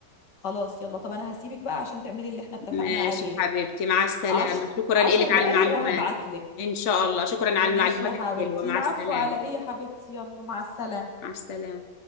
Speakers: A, on the left; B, on the left.
A: خلاص يلا طب انا هسيبك بقى عشان تعملي اللي احنا اتفقنا
B: ماشي
A: عليه
B: حبيبتي مع السلامة
A: عش...
B: شكرا
A: عشر
B: لك
A: دقايق
B: على المعلومات
A: وهبعتلك
B: ان شاء الله شكرا على
A: ماشي
B: المعلومات
A: يا حبيبتي
B: الحلوة مع
A: العفو
B: السلامة
A: على ايه يا حبيبتي يلا مع السلامة
B: مع السلامة